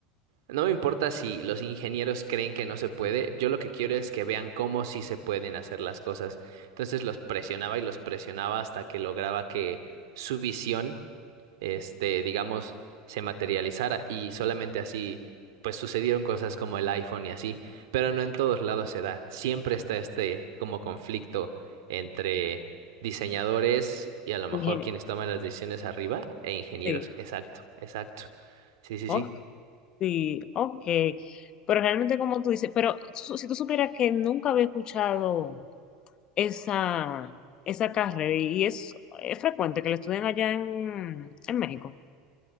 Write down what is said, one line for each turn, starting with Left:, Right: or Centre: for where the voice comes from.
Right: no me importa si los ingenieros creen que no se puede, yo lo que quiero es que vean cómo sí se pueden hacer las cosas. Entonces los presionaba y los presionaba hasta que lograba que su visión, este, digamos, se materializara y solamente así, pues sucedieron cosas como el iPhone y así, pero no en todos lados se da. Siempre está este como conflicto entre diseñadores y a lo mejor
Left: Ingeniero.
Right: quienes toman las decisiones arriba e ingenieros.
Left: Sí,
Right: Exacto, exacto. Sí, sí,
Left: ok.
Right: sí.
Left: Sí, ok. Pero realmente como tú dices, pero su- si tú supieras que nunca había escuchado esa, esa carrera y y es, es frecuente que la estudian allá en, en México.